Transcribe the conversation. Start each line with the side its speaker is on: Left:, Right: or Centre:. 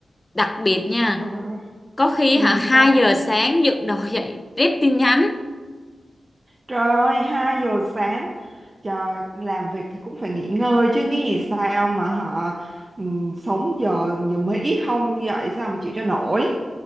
Left: đặc biệt nha
Right: trời ơi.
Left: có khi
Right: Ừ,
Left: hả hai
Right: sao?
Left: giờ sáng dựng đầu dậy rep tin nhắn
Right: Trời ơi, 2 giờ sáng. Trời, làm việc thì cũng phải nghỉ ngơi chứ nghĩ gì sao mà họ ừm, sống giờ giờ mới ít không dậy sao mà chịu cho nổi.